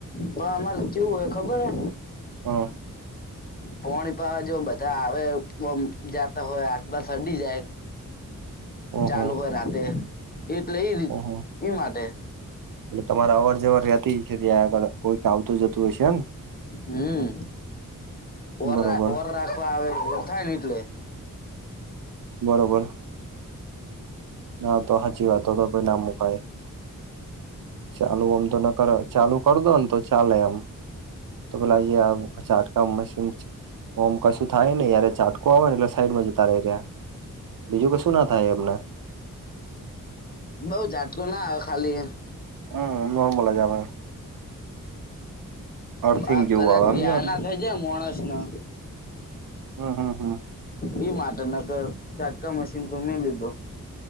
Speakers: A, on the left; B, on the right.
A: પણ અમારે ત કેવું હોય ખબર હે?
B: હા,
A: પોણી પાવા, જો બધા આવે ઓમ જાતા હોય આસપાસ અડી જાય.
B: ઓહો
A: ચાલુ હોય રાતે એટલે રીત,
B: ઓહો
A: ઈ માટે.
B: એટલે તમારા અવર જવર રેતી કે ત્યાં આગળ કોઈક આવતું જતું હશે ને?
A: હમ, ઓરા
B: બરોબર
A: ઓર રાખવા આવે એવું થાય ને એટલે
B: બરોબર, હા, તો હાચી વાત, તો તો ભાઈ ના મૂકાય. ચાલુ આમ તો ન કર, ચાલુ કર દો ન તો ચાલે એમ. તો પેલા જે આમ ચાટકા મશીન છ ઓમ કશું થાય નેઈ આરે ચાટક કો આવે ને એટલે સાઈડમાં જતા રે રહ્યા, બીજું કશું ના થાય એમને
A: બઉ ઝાટકું ના આવે ખાલી.
B: હમ, નોર્મલ જ આવે. અર્થિંગ
A: આ
B: જેવું
A: કલાકથી
B: આવે સમજ્યાને
A: આ ના થઈ જાય મોણસ નો
B: હમ, હમ, હમ,
A: ઈ માટે નકર ચાટકા મશીન તો મેં લીધો.